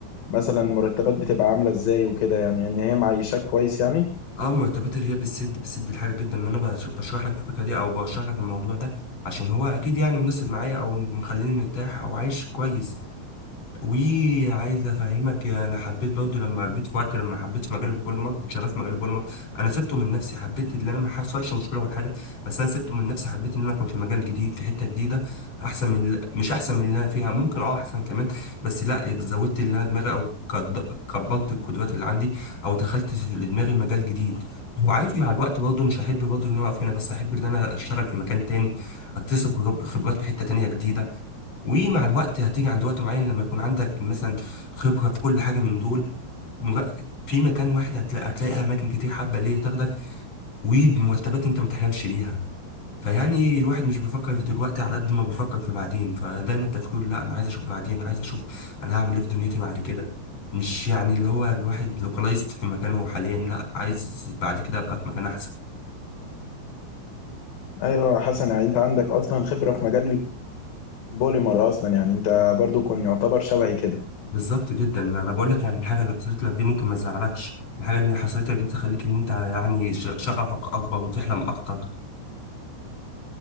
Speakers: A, on the left; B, on the left.
A: مثلا مرتبات بتبقى عاملة ازاي وكده يعني ان هي معيشاك كويس يعني
B: اه مرتبات الريا بتسد بتسد الحاجه جدا ما انا بش- بشرح لك الفكره دي او بشرح لك الموضوع ده عشان هو اكيد يعني مناسب معايا او مخليني مرتاح او عايش كويس وعايز افهمك انا حبيت برضه لما جيت في وقت لما حبيت مجال البوليمر كنت شغال في مجال البوليمر انا سبته من نفسي حبيت ان انا ما حصلش مشكله ولا حاجه بس انا سبته من نفسي حبيت ان انا كنت في مجال جديد في حته جديده احسن من ال- مش احسن من اللي انا فيها ممكن اه احسن كمان بس لا زودت اللي انا دماغي او كد- كبرت القدرات اللي عندي او دخلت في دماغي مجال جديد وعايش مع الوقت برضه مش هحب برضه ان انا اقف هنا بس احب ان انا اشتغل في مكان تاني اكتسب خبرات في حته تانيه جديده ومع الوقت هتيجي عند وقت معين لما يكون عندك مثلا خبرة في كل حاجة من دول مر- في مكان واحد هتلاقي, هتلاقي أماكن كتير حابة ليه تاخدك وبمرتبات أنت ما تحلمش بيها فيعني الواحد مش بيفكر في دلوقتي على قد ما بيفكر في بعدين فدايما تفكيره لا أنا عايز أشوف بعدين عايز أشوف أنا هعمل إيه في دنيتي بعد كده مش يعني اللي هو الواحد لوكالايزد في مكانه حاليا لا عايز بعد كده أبقى في مكان أحسن
A: ايوه يا حسن يعني انت عندك اصلا خبرة في مجال بوليمر اصلا يعني انت برضو كنت يعتبر شبهي كده
B: بالظبط جدا انا بقول لك يعني الحاجه اللي حصلت لك دي ممكن ما تزعلكش الحاجه اللي حصلت لك دي تخليك ان انت يعني ش- شغفك اكبر وتحلم اكتر